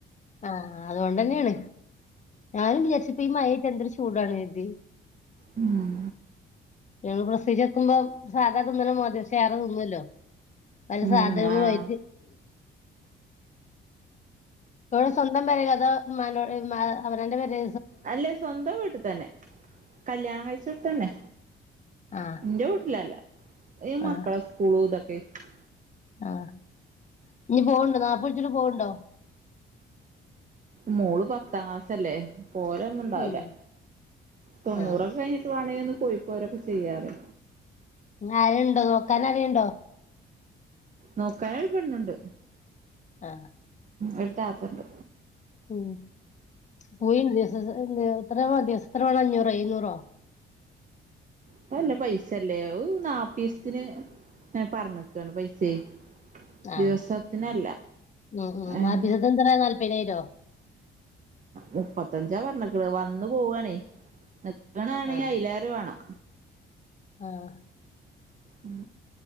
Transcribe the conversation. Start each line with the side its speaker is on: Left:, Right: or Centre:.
Left: ഹാ അതൊണ്ടെന്നെയാണ് ഞാനും വിചാരിച്ച് ഇപ്പം ഈ മഴയൊക്കെ എന്തൊരു ചൂടാണ് ഉം
Right: ഉം
Left: ഞങ്ങള് പ്രസവിച്ച് കെടക്കുമ്പോ സാധാ തിന്നല് ഒന്നും അല്ലല്ലോ കുറച്ച് ഏതെ തിന്നുമല്ലോ പല
Right: ഉം
Left: സാധനങ്ങളും
Right: ആഹ്
Left: ആയിട്ട് ങ്ങളെ സ്വന്തം പെരെ അതോ ഇമ്മാനോട് ഇമ അവനോന്റെ പെരെ
Right: അല്ലെ സ്വന്തവീട്ടിൽ തന്നെ കല്യാണം കഴിച്ച് കൊടുത്തന്നെ
Left: ആഹ്
Right: ന്റെ വീട്ടില് അല്ല ഈ മക്കളെ
Left: ആഹ്
Right: സ്കൂളൂ ഇത <unintelligible>
Left: ആഹ് ഇനി പോവുണ്ടോ നാപ്പത് വിളിച്ചിട്ട് പോവുണ്ടോ?
Right: മോള് പത്താം ക്ലാസ്സല്ലേ? പോവല് ഒന്നുണ്ടാവിലാ
Left: ഉം
Right: തൊണ്ണൂറൊക്കെ
Left: ആഹ്
Right: കയിഞ്ഞിട്ട് വാണെങ്കി ഒന്ന് പോയി പോരൊക്കെ ചെയ്യാലേ
Left: ആരെണ്ടോ നോക്കാനാരെണ്ടോ?
Right: നോക്കാൻ ഒരു പെണ്ണിണ്ട്
Left: ആഹ്
Right: ഒരു താത്ത ഇണ്ട്
Left: ഉം <unintelligible> <unintelligible> ഇത്ര മതിയോ എത്ര വേണം അഞ്ഞൂറോ എഴുന്നൂറോ?
Right: പ്പം നല്ല പൈസല്ലേ ഏഹ് നാപ്പിസത്തിന് ഏഹ് പറഞ്ഞിക്ക്ണ് പൈസേ
Left: ആ
Right: ദിവസത്തിനല്ല
Left: ഉം ഉം
Right: ഏഹ്
Left: <unintelligible> എന്തിരാ നാല്പയിനായിരോ?
Right: മുപ്പത്തഞ്ചാ പറഞ്ഞേക്ക്‌ണ് വന്ന് പോവാണേ <unintelligible> <unintelligible> ആണെങ്ങെ
Left: ആഹ്
Right: അയിലേറെ വേണം
Left: ആഹ്
Right: ഉം